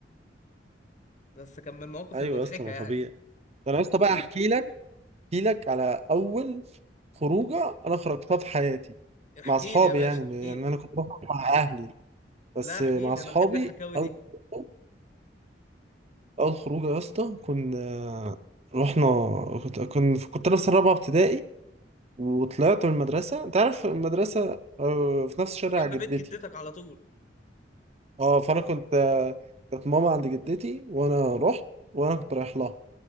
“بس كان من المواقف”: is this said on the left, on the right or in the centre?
Left